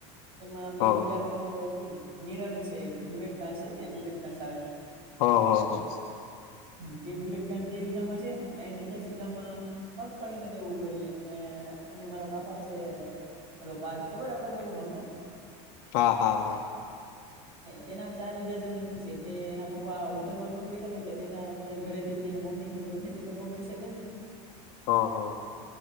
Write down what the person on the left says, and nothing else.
હા
હા
હા, હા, હા.
હા, હા, હા.
હા હા.